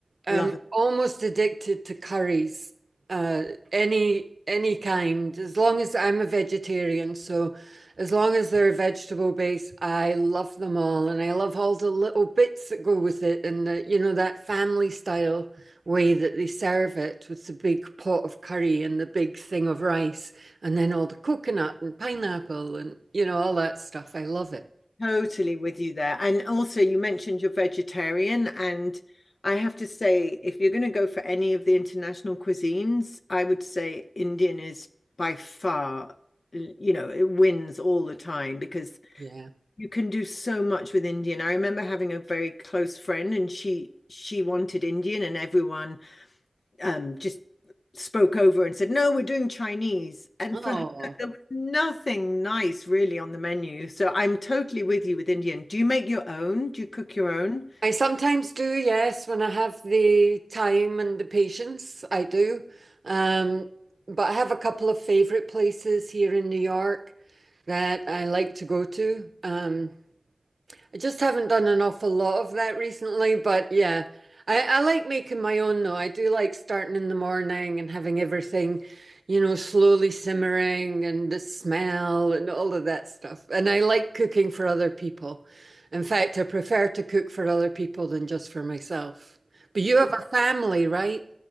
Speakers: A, on the right; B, on the left.
A: am
B: Love
A: almost addicted to curries, uh, any any kind. As long as I'm a vegetarian, so as long as they're vegetable based, I love them all, and I love all the little bits that go with it, and uh, you know that family style way that they serve it with the big pot of curry and the big thing of rice, and then all the coconut and pineapple and you know all that stuff. I love it.
B: Totally with you there. And also, you mentioned you're vegetarian, and I have to say, if you're going to go for any of the international cuisines, I would say Indian is by far, you know, it wins all the time because
A: Yeah.
B: you can do so much with Indian. I remember having a very close friend, and she she wanted Indian, and everyone um, just spoke over and said, "No, we're doing Chinese." And
A: Oh.
B: for her, there was nothing nice really on the menu. So I'm totally with you with Indian. Do you make your own? Do you cook your own?
A: I sometimes do, yes, when I have the time and the patience, I do. Um, but I have a couple of favorite places here in New York that I like to go to. Um, I just haven't done an awful lot of that recently, but yeah, I, I like making my own though. I do like starting in the morning and having everything, you know, slowly simmering and the smell and all of that stuff. And I like cooking for other people. In fact, I prefer to cook for other people than just for myself. But you have a family, right?